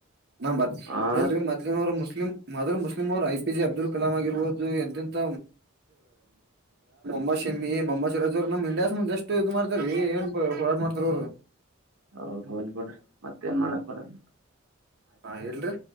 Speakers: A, on the right (about 50°); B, on the right (about 80°).
A: ನ ಬರ
B: ಆ
A: ಎಲ್ರರಿ ಮೋದ್ಲಿನ್ ಅವರು ಮುಸ್ಲಿಂ ಮೊದಲು ಮುಸ್ಲಿಮ ಅವ್ರು ಐಪಿ ಜೆ ಅಬ್ದುಲ್ ಕಲಾಂ ಆಗಿರ್ರೋದು ಎಂತೆಂತ ಮೊಹ ಶಮ್ಮಿ ಮೊಮ್ಮದ ಅಜರುದ್ದೀನ್ ಅವರು ನಮ್ ಇಂಡಿಯಾ ಸಂ ಬಂದ್ ಎಷ್ಟ ಇದು ಮಾಡ್ತಾರ್ರ ಏನ್ ಹೋರಾಟ ಮಾಡ್ತಾರ ಅವ್ರು
B: ಹೌದ್ ಹೋಗದ್ಬ ಬಿಡ್ರಿ ಮತ್ತೇಏನ್ ಮಾಡಕ್ ಬರತ್
A: ಹಾ ಇಡ್ಲಿ ರಿ